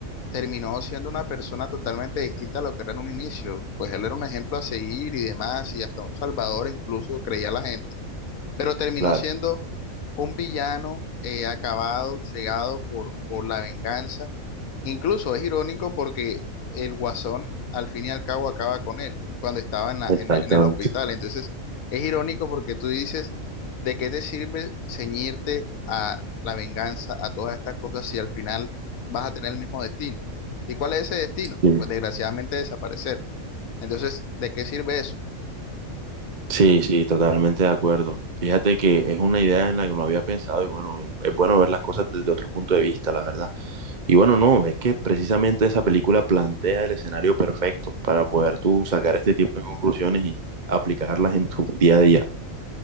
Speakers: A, on the left; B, on the right.
A: terminó siendo una persona totalmente distinta a lo que era en un inicio. Pues él era un ejemplo a seguir y demás, y hasta un salvador incluso creía la gente, pero terminó
B: Claro,
A: siendo un villano eh, acabado, cegado por, por la venganza Incluso es irónico porque el Guasón al fin y al cabo acaba con él cuando estaba en la-
B: exactamente.
A: en la- en el hospital. Entonces es irónico porque tú dices, ¿de qué te sirve ceñirte a la venganza, a todas estas cosas si al final vas a tener el mismo destino? ¿Y cuál es ese destino?
B: Sí,
A: Pues desgraciadamente desaparecer. Entonces, ¿de qué sirve eso?
B: sí, sí, totalmente de acuerdo. Fíjate que es una idea en la que no había pensado y bueno, es, es bueno ver las cosas desde otro punto de vista, la verdad. Y bueno, no, es que precisamente esa película plantea el escenario perfecto para poder tú sacar este tipo de conclusiones y aplicarlas en tu día a día.